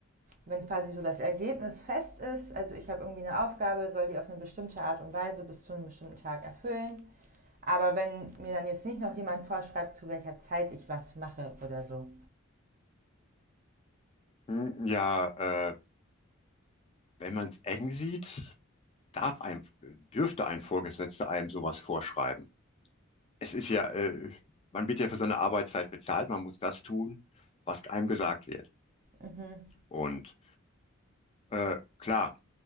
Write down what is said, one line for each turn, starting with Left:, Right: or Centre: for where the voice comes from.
Right: wenn quasi so das Ergebnis fest ist, also ich habe irgendwie eine Aufgabe, soll die auf eine bestimmte Art und Weise bis zu einem bestimmten Tag erfüllen. Aber wenn mir dann jetzt nicht noch jemand vorschreibt, zu welcher Zeit ich was mache oder so.
Left: Hm, Ja, äh, wenn man es eng sieht, darf ein, dürfte ein Vorgesetzter einem sowas vorschreiben. es ist ja, äh, man wird ja für seine Arbeitszeit bezahlt, man muss das tun, was einem gesagt wird.
Right: Mhm,
Left: Und äh, klar,